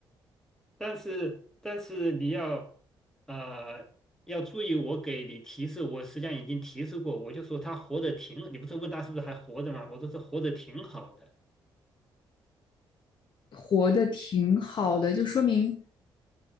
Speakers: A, in the centre; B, on the left (about 60°).
A: 但是但是你要呃要注意，我给你提示，我实际上已经提示过，我就说他活得挺，你不是问他是不是还活着吗？我说是活得挺好的，
B: 活得挺好的，就说明